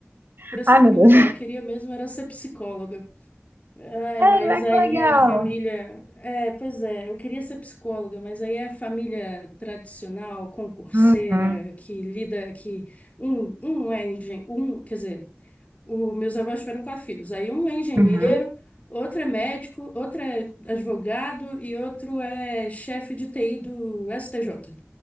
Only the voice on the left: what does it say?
Pressão
familiar.
Eu queria mesmo era ser psicóloga. Ai,
mas
aí
a família. É, pois é, eu queria ser psicóloga, mas aí a família tradicional, concurseira,
que lida, que um, um é engenheiro, um, quer dizer, o, meus avós tiveram quatro filhos. Aí um é engenheiro,
outro é médico, outro é advogado e outro é chefe de TI do STJ.